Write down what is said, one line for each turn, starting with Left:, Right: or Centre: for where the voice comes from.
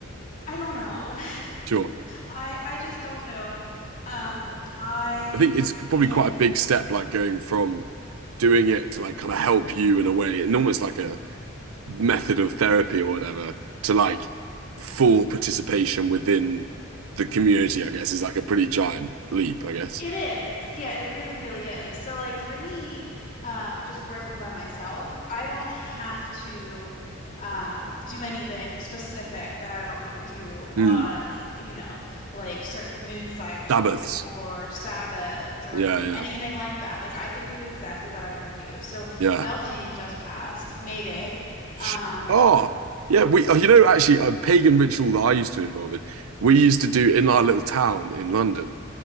Left: I don't know. <laughs>
Right: Sure.
Left: I I just don't know. Um, I
Right: I think it's probably
Left: am.
Right: quite a big step, like going from doing it to like kind of help you in a way, and almost like a method of therapy or whatever, to like full participation within the community, I guess, is like a pretty giant leap, I guess.
Left: It is. Yeah, it really, really is. So, like for me, um, just working by myself, I don't have to um, do anything specific that I don't want to do on,
Right: Mm.
Left: you know, like certain moon cycles
Right: Sabbaths.
Left: or Sabbats or
Right: Yeah, yeah,
Left: anything like that. Like I can do exactly what I want to do. So
Right: yeah.
Left: Beltane just passed, May Day.
Right: Sh-
Left: Um,
Right: Oh, yeah. We, oh, you know, actually, a pagan ritual that I used to involve in, we used to do in our little town in London.